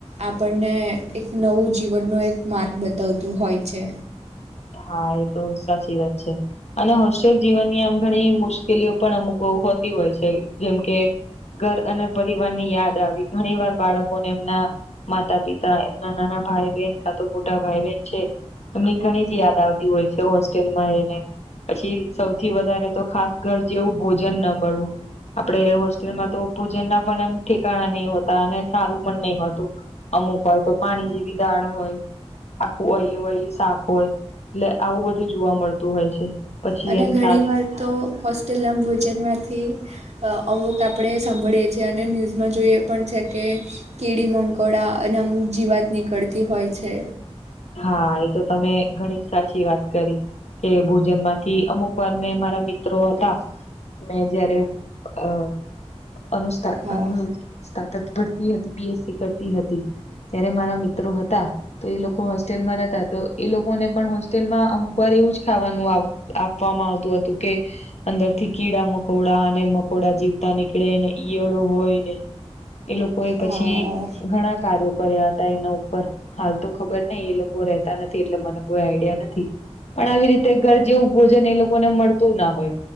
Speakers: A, on the right; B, on the left.
A: આપણને એક નવું જીવનનો એક માર્ગ બતાવતું હોય છે.
B: હા એ તો સાચી વાત છે અને હોસ્ટેલ જીવનની આમ ઘણી મુશ મુશ્કેલીઓ પણ અમુક હો હોતી હોય છે જેમ કે ઘર અને પરિવાર ની યાદ યાદ આવી ઘણી વાર બાળકોને એમના માતા પિતા એમના નાના ભાઈ બહેન કા તો મોટા ભાઈ બહેન છે એમની ઘણી જ યાદ તી હોય હોસ્ટેલમાં રહીને પછી સૌથી વધારે તો ખાસ ઘર જેવું ભોજન ન મળવું આપડે હોસ ટેલમાં તો ભોજન ના પણ એમ ઠેકાણા નહી હોતા અને સારું પણ નહી હોતું અમુક વાર તો પાણી જેવી દાળ હોય આખું ઓયલી ઓયલી શાક હોય એટલે આવું બધું જોવા મળતું હોય છે પછી
A: અને
B: એની
A: ઘણી
B: સાથે
A: વાર તો હોસ્ટેલના ભોજનમાંથી અવુક આપડે સાંભળીએ છે અને ન્યૂઝમાં જોઈએ પણ છે કે કીડી મંકોડા અને અમુક જીવાત નીકળતી હોય છે
B: હા એ તો તમે ઘણી સાચી વાત કરી કે ભોજન માંથી અમુક વાર મેં મારા મિત્રો હતા મેં જયારે અ અનુસ્થ
A: હા
B: અનુ સ્તાતક ભરતી હતી પી એસ સી કરતી હતી ત્યારે મારા મિત્રો હતા તો એ લોકો હસ ટેલમાં રહેતા તો એ લોકોને પણ હોસ્ટેલમાં અમુક વાર એવું જ ખાવાનું આપવામાં આવતું હતું કે અંદર થી કીડા મકોડા અને મકોડા જીવતા નીકળેને ઈયળો હોય ને એ લોકો એ પછી
A: હા
B: ઘણા કાર્યો કર્યા હતા એના ઉપર હાલતો ખબર નઈ એ લોકો રહેતા નથી, એટલે મને કોઈ આઈડિયા નથી. પણ આવી રીતે ઘર જેવું ભોજન એ લોકોને મળતું ના હોય